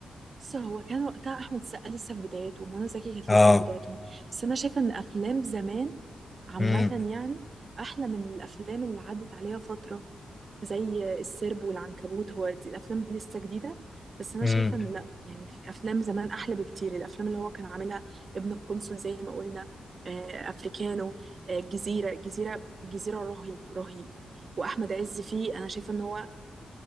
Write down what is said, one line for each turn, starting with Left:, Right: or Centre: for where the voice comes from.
Right: بس هو كان وقتها احمد السقا لسه في بدايته ومنى زكي كانت
Left: اه
Right: لسه في بدايتهم بس انا شايفه ان افلام زمان عامة
Left: امم
Right: يعني أحلى من الأفلام اللي عدت عليها فترة زي السرب والعنكبوت هو دي الأفلام دي لسه جديدة بس أنا
Left: امم
Right: شايفة إن لأ يعني في أفلام زمان أحلى بكتير الأفلام اللي هو كان عاملها ابن القنصل زي ما قلنا آه، أفريكانو آه، الجزيرة الجزيرة الجزيرة رهيب رهيب وأحمد عز فيه أنا شايفة إن هو